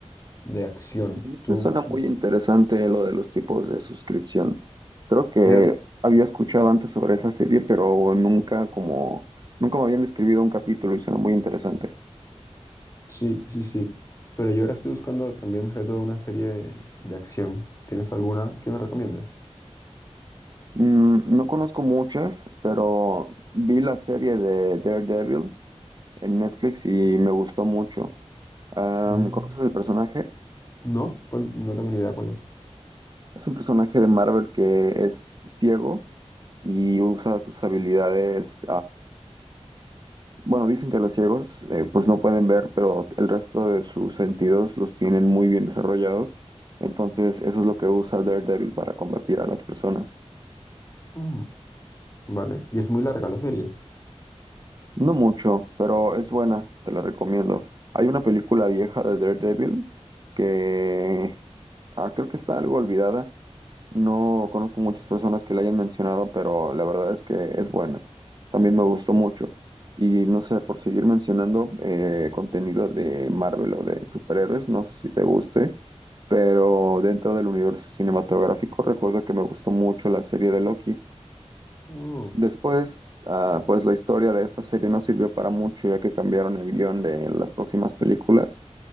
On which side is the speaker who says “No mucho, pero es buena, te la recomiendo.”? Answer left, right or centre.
Right